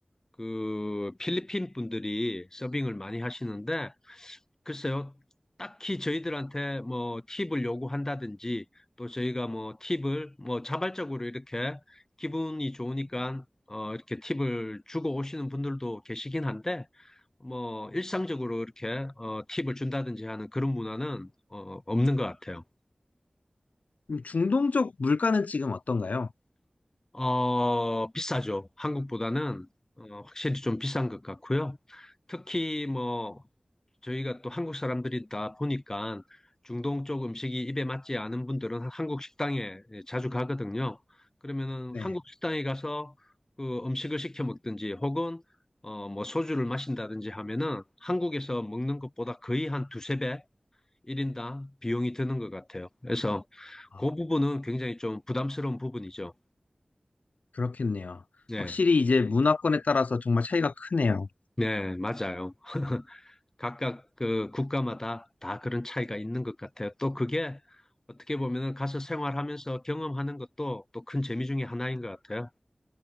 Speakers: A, on the left; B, on the left.
A: 그 필리핀 분들이 서빙을 많이 하시는데 글쎄요 딱히 저희들한테 뭐 팁을 요구한다든지 또 저희가 뭐 팁을 뭐 자발적으로 이렇게 기분이 좋으니까 어 이렇게 팁을 주고 오시는 분들도 계시긴 한데 뭐 일상적으로 이렇게 어 팁을 준다든지 하는 그런 문화는 어 없는 것 같아요.
B: 그럼 중동적 물가는 지금 어떤가요?
A: 어, 비싸죠. 한국보다는 어, 확실히 좀 비싼 것 같고요. 특히 뭐 저희가 또 한국 사람들이다 보니까 중동 쪽 음식이 입에 맞지 않은 분들은 한국 식당에 예, 자주 가거든요. 그러면은
B: 네.
A: 한국 식당에 가서 그 음식을 시켜 먹든지 혹은 어, 뭐 소주를 마신다든지 하면은 한국에서 먹는 것보다 거의 한 두세 배 1인당 비용이 드는 것 같아요. 그래서
B: 아,
A: 그 부분은 굉장히 좀 부담스러운 부분이죠.
B: 그렇겠네요.
A: 네.
B: 확실히 이제 문화권에 따라서 정말 차이가 크네요.
A: 네, 맞아요. 각각 그 국가마다 다 그런 차이가 있는 것 같아요. 또 그게 어떻게 보면은 가서 생활하면서 경험하는 것도 또 큰 재미 중에 하나인 것 같아요.